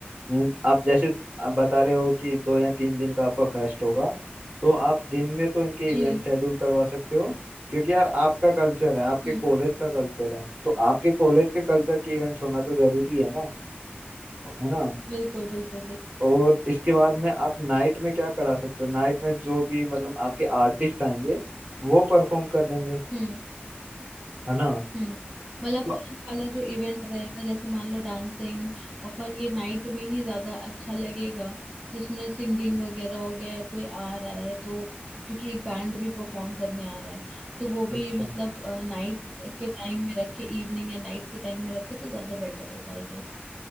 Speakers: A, on the right (about 35°); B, on the right (about 20°).
A: हम्म, आप जैसे आप बता रहे हो कि दो या तीन दिन का आपका फेस्ट होगा तो आप दिन में तो इनके
B: जी
A: इवेंट शेड्यूल करवा सकते हो क्योंकि यार आपका कल्चर है आपके
B: हम्म
A: कॉलेज का कल्चर है तो आपके कॉलेज के कल्चर की इवेंट्स होना तो जरूरी है ना है ना
B: बिल्कुल बिल्कुल बिल्कुल
A: और इसके बाद में आप नाइट में क्या करा सकते हो नाइट में जो भी मतलब आपके आर्टिस्ट आएंगे वो परफॉर्म कर लेंगे
B: हम्म।
A: है ना
B: हम्म मतलब
A: तो-
B: फन वाला जो इवेंट रहेगा जैसे मान लो डांसिंग और फन ये नाइट में ही ज्यादा अच्छा लगेगा जिसमें सिंगिंग वगैरह हो गया या कोई आ रहा है तो क्योंकि एक बैंड भी परफॉर्म करने आ रहा है तो वो
A: अच्छा
B: भी मतलब नाइट के टाइम में रखे इवनिंग या नाइट के टाइम में रखे तो ज्यादा बेटर होगा आई गेस